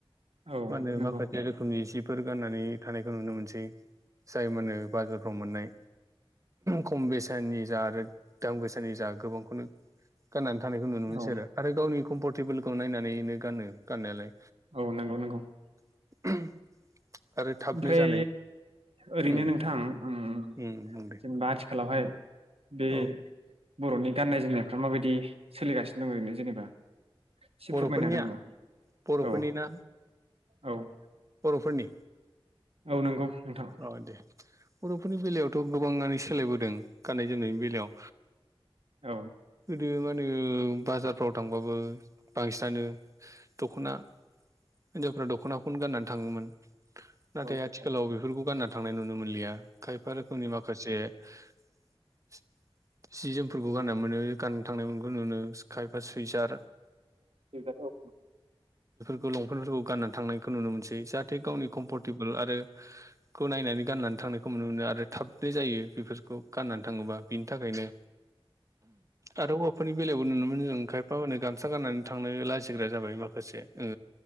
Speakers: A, on the right; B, on the right.
A: औ
B: मानो
A: नंगौ
B: माखासे रोखोमनि जि फोर गाननानै थानायखौ नुनो मोनसै। जाय मानो बाजारफ्राव मोननाय। खम बेसननि जा आरो दाम गोसानि जा गोबांखौनो गाननानै थानायखो नुनो मोनोसै
A: औ
B: आरो आरो गावनि कमफरटेबोलखौ नायनानैनो गानो गाननायालाय।
A: औ नंगौ नंगौ ।
B: <unintelligible> थाबनो
A: ओमफ्राय
B: जानाय
A: ओरैनो
B: उम
A: नोंथां उम
B: उम बुं दे
A: जेनेबा आथिखालावहाय बे
B: औ
A: बर'नि गाननाय जोमनायफ्रा माबायदि सोलिगासिनो दं ओरैनो जेनेबा? इसे
B: बर'फोरनिया
A: फोरमायनो हागोन नामा?
B: बर'फोरनि
A: औ
B: ना
A: औ ।
B: बर'फोरनि?
A: औ नंगौ नोंथां।
B: अ दे बर'फोरनि बेलायावथ' गोबाङानो सोलायबोदों गाननाय जोमनायनि बेलायाव
A: औ।
B: दो माहोनो बाजारफ्राव थांबाबो बांसिनानो दख'ना हिनजावफ्रा दख'नाखौनो गाननानै थाङोमोन। नाथाय
A: औ
B: आथिखालाव
A: औ
B: बेफोरखौ गानना थांनाय नुनो मोनलिया खायफा रोखोमनि माखासे <unintelligible> जि जोमफोरखौ गानना मोनो गाननो थां थांनाय मोनखो नुनो खायफा सुइसार
A: गोगाथाव
B: लंपेनफोरखौ गानना थांनायखौ नुनो मोनसै जाहाथे गावनि कम्फरटेबोल आरो खो नायनानै गाननानै थां थांनायखौ नुनो मोनो आरो थाबनो जायो बेफोरखौ गाननानै थाङोबा बिनि थाखायनो। आरो हौवाफोरनि बेलायावबो नुनो मोनो जों खायफा मा होनो गामसा गामसा गानानै थांनो लाजिग्रा जाबाय माखासे ओ